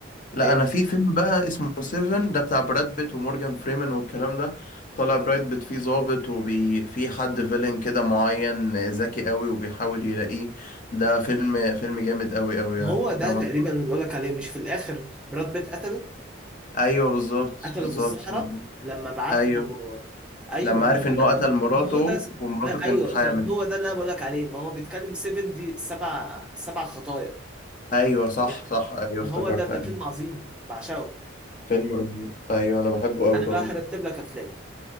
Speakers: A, on the left; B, in the centre.
A: لا
B: إيه،
A: انا في فيلم بقى اسمه سيفن ده بتاع براد بيت ومورجان فريمان والكلام ده طلع براد بيت فيه ضابط وبي في حد فيلن كده معين ذكي قوي وبيحاول يلاقيه ده فيلم فيلم جامد قوي قوي يعني
B: هو ده
A: لو-
B: تقريبا اللي بقولك عليه مش في الآخر براد بيت قتله
A: ايوه بالظبط
B: قتله
A: بالظبط
B: في الصحراء
A: بالظبط
B: لما بعت
A: ايوه
B: له ايوه
A: لما
B: ما
A: عرف
B: هو
A: ان
B: ده
A: هو قتل مراته
B: ما هو ده
A: ومراته
B: ده
A: كانت
B: ايوه
A: حامل
B: ده هو ده اللي انا بقولك عليه ما هو بيتكلم 7 دي سبع سبع خطايا
A: ايوه صح
B: يعني
A: صح ايوه افتكرت
B: هو ده ده
A: ايوه
B: فيلم عظيم بعشقه
A: فيلم رهيب ايوه انا بحبه قوي
B: انا
A: برضه
B: بقى هرتب لك افلامي